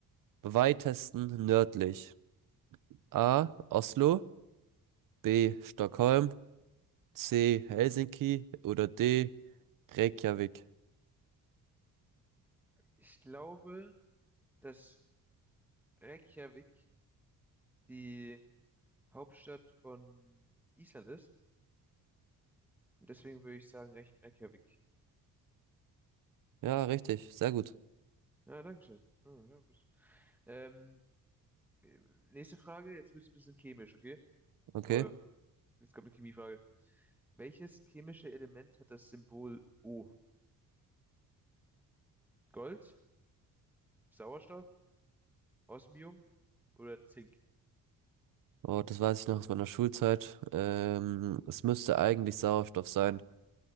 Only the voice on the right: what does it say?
Weitesten nördlich? A. Oslo, B. Stockholm, C. Helsinki oder D. Reykjavik?
Ja, richtig, sehr gut.
Okay.
Oh, das weiß ich noch aus meiner Schulzeit. Ähm, es müsste eigentlich Sauerstoff sein.